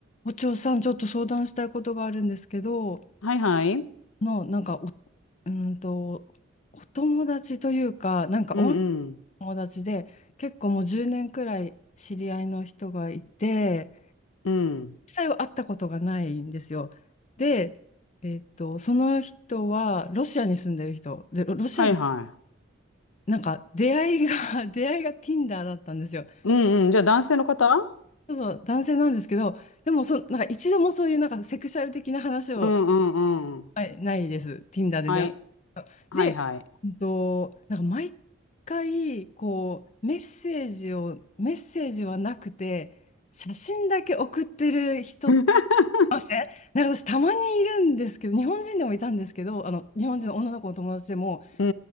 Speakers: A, on the left (about 35°); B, on the left (about 90°).
A: お嬢さん、ちょっと相談したいことがあるんですけど、
B: はいはい。
A: の、なんかお、うーんと、お友達というか、なんか、
B: うんうん。
A: お友達で、結構もう10年くらい知り合いの人がいて、
B: うん。
A: 実際は会ったことがないんですよ。で、えっと、その人は、ロシアに住んでる人、で、ロロシア人、
B: はいは
A: なんか、出会いが、<laughs> 出会いが Tinder だったんですよ。
B: い。うんうん。じゃあ男性の方
A: ちょっと男性なんですけど、でもそ、なんか一度もそういうなんかセクシャル的な話を、
B: うんうんうん。
A: はい、ないです。Tinder で出会
B: はい。はいはい。
A: うで、うんと、なんか毎回、こう、メッセージを、メッセージはなくて、写真だけ送ってる人、
B: <laughs>
A: あえなんか私たまにいるんですけど、日本人でもいたんですけど、あの、日本人の女の子の友達でも、
B: うん